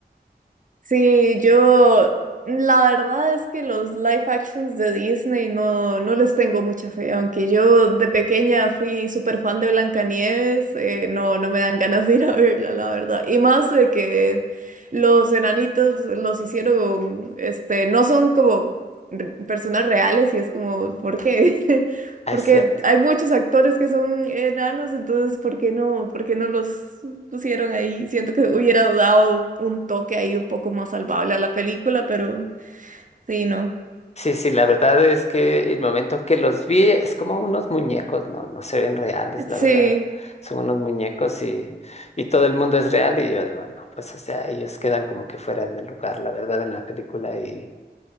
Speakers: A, on the right; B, on the left.
A: Sí, yo la verdad es que los live actions de Disney no, no les tengo mucha fe, aunque yo de pequeña fui súper fan de Blancanieves, eh, no, no me dan ganas de ir a verla, la verdad. Y más de que los enanitos los hicieron, este, no son como r- personas reales y es como, ¿por qué? <laughs>
B: Ah,
A: Porque
B: es cierto.
A: hay muchos actores que son enanos, entonces, ¿por qué no, por qué no los pusieron ahí. Siento que hubiera dado un toque ahí un poco más salvable a la película, pero sí, no.
B: Sí, sí, la verdad es que el momento en que los vi es como unos muñecos, no, no se ven reales, la
A: Sí,
B: verdad. Son unos muñecos y, y todo el mundo es real y yo digo, no, pues o sea, ellos quedan como que fuera de lugar, la verdad, en la película y,